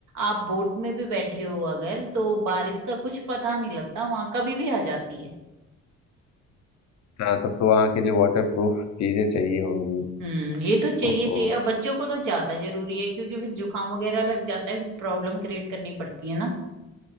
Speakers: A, on the right; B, on the left.
A: आप बोट में भी बैठे हो अगर तो बारिश का कुछ पता नहीं लगता वहाँ कभी भी आ जाती है
B: हाँ तब तो वहाँ के लिए वाटर प्रूफ चीज़ें चाहिए होंगी
A: हम्म ये तो चाहिए
B: ओहो
A: चाहिए अब बच्चों को तो ज्यादा जरूरी है क्योंकि फिर जुकाम वगैरह लग जाता है फिर प्रॉब्लम क्रिएट करनी पड़ती है ना